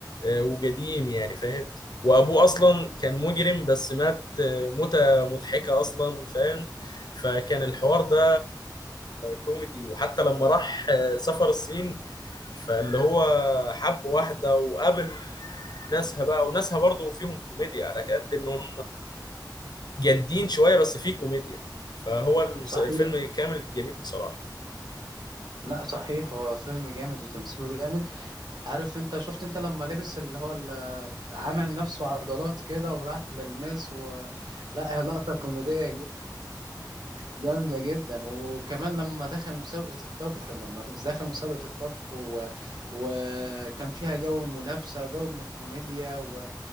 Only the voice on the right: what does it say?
صحيح
لا صحيح هو فيلم جامد وتمثيله جامد عارف انت شفت انت لما لبس اللي هو ال- عمل نفسه عضلات كده وراح للناس و... لا هي لقطه كوميديه جامدة جدا وكمان لما دخل مسابقة الطبخ لما دخل مسابقة الطبخ و... وكان فيها جو المنافسة وجو من الكوميديا و...